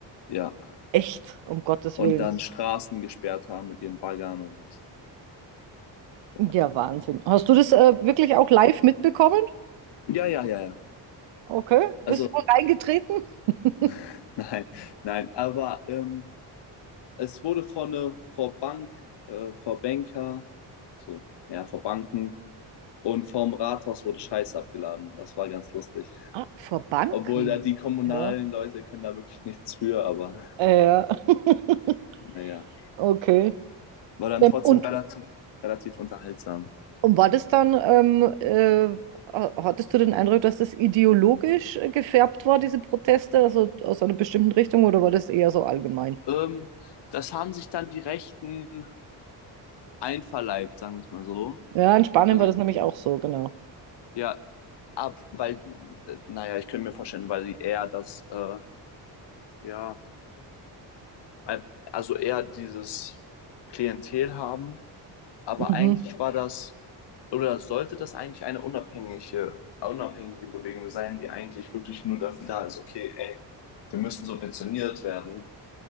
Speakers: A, on the left; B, on the right.
A: ja,
B: Echt? Um Gottes
A: und
B: Willen.
A: dann Straßen gesperrt haben mit ihren Baggern und ja.
B: Ja, Wahnsinn. Hast du das äh, wirklich auch live mitbekommen?
A: Ja, ja, ja, ja.
B: Okay. Bist
A: Also
B: du auch reingetreten? <laughs>
A: <laughs> nein, nein, aber ähm, es wurde vor eine, vor Bank, äh, vor Banker, so, ja, vor Banken und vom Rathaus wurde Scheiße abgeladen. Das war ganz lustig.
B: Ah, vor Banken.
A: Obwohl da die kommunalen
B: Ja.
A: Leute können da wirklich nichts für, aber
B: Äh, Ja. <laughs>
A: Naja,
B: Okay.
A: war dann
B: Ja,
A: trotzdem
B: Und,
A: relativ, relativ unterhaltsam.
B: und war das dann, ähm, äh, ha- hattest du den Eindruck, dass das ideologisch äh, gefärbt war, diese Proteste, also aus einer bestimmten Richtung, oder war das eher so allgemein?
A: Ähm, das haben sich dann die Rechten einverleibt, sagen wir es mal so.
B: Ja, in Spanien
A: Also,
B: war das nämlich auch so, genau.
A: ja, ab, weil, äh, naja, ich könnte mir vorstellen, weil die eher das, äh, ja, ein- also eher dieses Klientel haben, aber
B: Mhm.
A: eigentlich war das, oder sollte das eigentlich eine unabhängige, unabhängige Bewegung sein, die eigentlich wirklich nur dafür da ist, okay, ey, wir müssen subventioniert werden